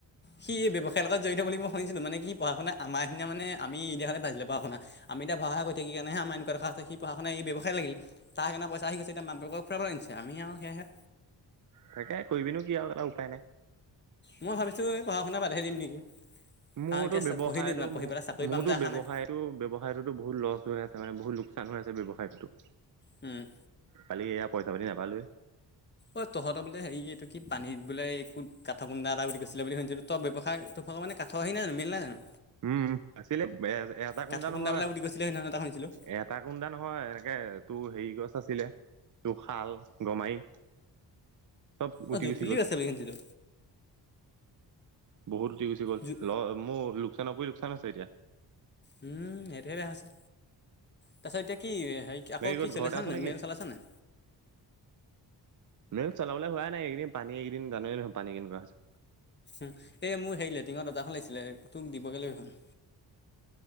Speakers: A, on the left; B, on the right.
A: সি ব্যৱসায়ৰ লগত জড়িত মই শুনিছিলো মানে কি পঢ়া-শুনা আমাৰ সি নিয়া মানে আমি এতিয়াহে পঢ়া শুনা আম এতিয়া পঢ়া কৰি থাকি সেই কাৰণে আমাৰ এনেকুৱা দখা হৈছে সি পঢ়া শুনা ব্যৱসায় লাগিল তাৰ সেইকাৰণে পইচা আহি গৈছেএতিয়া মাক বাপেকক ফুৰাব আনিছে আমি আৰু সেয়হে।
B: তাকে কৰিবিনো কি আও এটা উপায় নাই।
A: মই ভাবিছো এই পঢ়া শুনা বাদেই দিম নেকি।
B: মোৰতো
A: কাৰণ এতিয়া
B: ব্যবসায়ত
A: পঢ়িলোঁ যিমান
B: টো
A: পঢ়ি
B: মোৰ
A: পেলাই চাকৰি পাম
B: মোৰতো
A: যে আশা
B: ব্যবসায়।
A: নাই
B: টো ব্যৱসায়টোতো বহুত লছ হৈ আছে মানে বহুত লোকচান হৈ আছে মানে ব্যবসায়টো।
A: উম
B: কালি এয়া পইচা পাতি নাপালোৱে।
A: অ তহঁতৰ বোলে হে এইটো কি পানীত বোলে এই কাঠ কুন্দা এটা বুলি গৈছিলে বুলি শুনিছিলো। ত ব্যৱসায় তোৰ ভাগ মানে কাঠ সেই নাইজানো মিল নাই জানো।
B: উম আছিলে বেয়া হৈ গৈছে এটা কুণ্টা
A: কাঠৰ
B: নহয়
A: কুন্দা বোলে বুলি কৈছিলে সেইদিনাখন এটা শুনিছিলোঁ
B: এ। এটা কুন্দা নহয় এনেকে তোৰ হেৰি গছ আছিলে। তো শাল গমাৰি চব উটি
A: অহ জুতিলী
B: গুচি গ'ল
A: আছে ভেকেন্সচিতো
B: বহুত উঠি গুচি গ'ল
A: জু
B: ল মোৰ লোকচানৰ ওপৰি লোকচান আছে এতিয়া।
A: উম সেইটো এটা আছে তাৰপিছত এতিয়া কি হেৰি আকৌ
B: ক'ত
A: কি চলিছে
B: ঘৰতে আছ
A: নাই
B: নেকি
A: মেইন চলাইছ নাই
B: মেল চলাবলৈ হোৱা নাই এইকেইদিন পানী এইকেইদিন জানই দেখোন পানী কেনেকোৱা হৈছে
A: উম এই মোৰ সেই লেটিঙৰ দৰ্জাখন লাগিছিলে তোক দিবগে লাগিব সেইখন